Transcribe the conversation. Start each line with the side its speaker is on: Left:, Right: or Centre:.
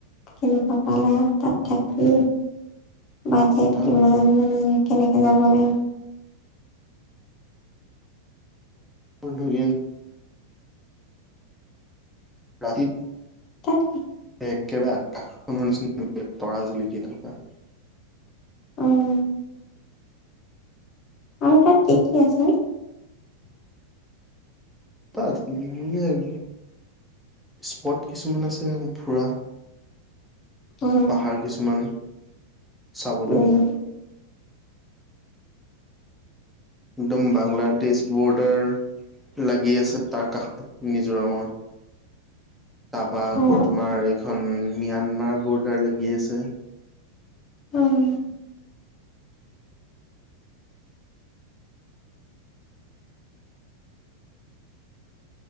Left: কেনেকুৱা পালা তাত থাকি বাজেট
Centre: ভাল
Left: কিমান মানে কেনেকে যাব লাগে।
Centre: ধৰি ৰাতি
Left: তাত কে
Centre: <unintelligible> তৰা জিলিকি থকা
Left: উম। আৰু তাত কি-কি আছে?
Centre: তাত এক স্পট কিছুমান আছে ফুৰা
Left: অ
Centre: পাহাৰ কিছুমান চাবলগীয়া
Left: উম
Centre: একদম বাংলাদেশ বৰ্ডাৰ লাগি আছে। তাৰ কাষত মিজোৰামৰ তাৰপা আকৌ
Left: অ
Centre: তোমাৰ এইখন। ম্যানমাৰ বৰ্ডাৰ লাগি আছে।
Left: উম